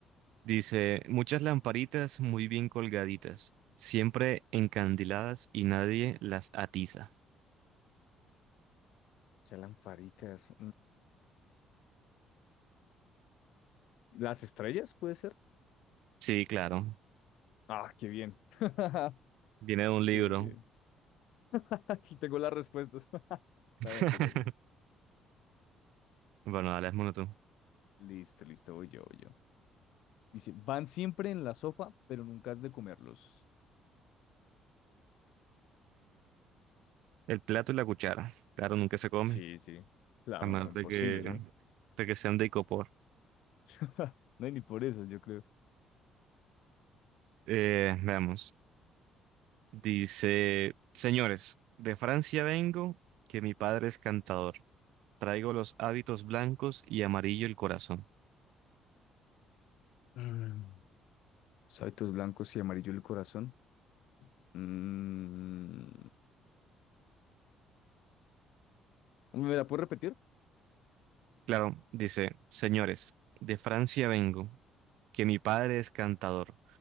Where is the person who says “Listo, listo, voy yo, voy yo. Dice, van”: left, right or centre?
Left